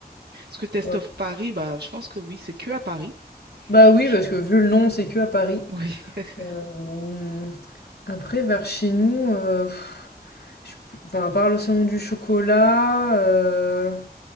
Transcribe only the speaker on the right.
parce que Test
of Paris, bah, je pense que oui, c'est que à Paris.
Je-
Oui, <laughs>